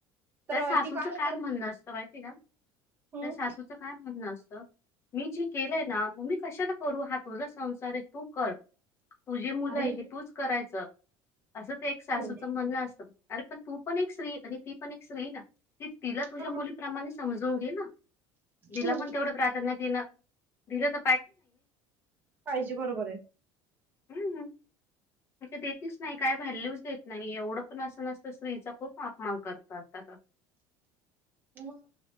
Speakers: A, on the right; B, on the left.
A: तर
B: त्या सासूचं
A: ती का नयी
B: काय म्हणण असतं माईती का?
A: हम्म
B: त्या सासूचं काय म्हणण असत मी जी केलय ना म मी कशाला करू हा तुझा संसार आहे तू कर. तुझी मुल
A: अरे
B: ही तूच करायच अस ते एक सासूच
A: हम्म
B: म्हणन असत अरे पण तू पण एक स्त्री आणि ती पण एक स्त्री ये ना. ती तिला तुझ्या
A: हा
B: मुलीप्रमाणे समजून घे ना तिला
A: हम्म
B: पण तेवढ प्राधान्य दिला दिल त
A: पाहिजे बरोबर ये
B: हम देतीच नायी काय वॅल्यूच देत नायी एवढ पण अस नस स्त्रीचा खूप अपमान करतात, त्याचा
A: मग